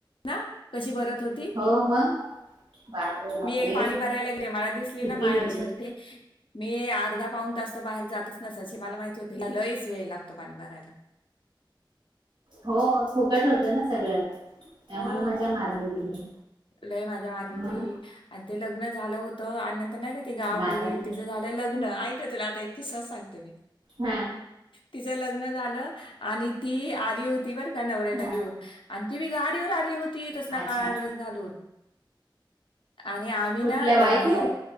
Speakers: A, on the left; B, on the right.
A: ना. कशी भरत. त होती
B: हो मग बापरे बापरे
A: मी पाणी भरायला गेले मला दिसली
B: किती
A: ना माय
B: विचित्र
A: पाणी भरते मी अर्धा पाऊन तास बाहेर जातच नसायची मला माहिती होत हीला लयस. वेळ लागतो पाणी भरायला.
B: हो फुकट होतं ना सगळं. त्यामुळे
A: हो
B: मजा मारली तिने
A: लय मज्या मारली
B: मग
A: बाई आणि ते लग्न. झालं होत. नाही का ती गावाकडे
B: दादा
A: गेली
B: किती
A: तिच झालंय लग्न. तुला आता एक किस्सा सांगते मी.
B: हा
A: तिच लग्न झालं आणि ती आली होती बर का नवऱ्याला
B: हा
A: घेऊन आणि ती बि. गाडीवर आली हो. ती तसला
B: अच्छा
A: काळा ड्रेस घालून. आणि आम्ही
B: कुठल्या
A: ना
B: बाईक
A: हे
B: वर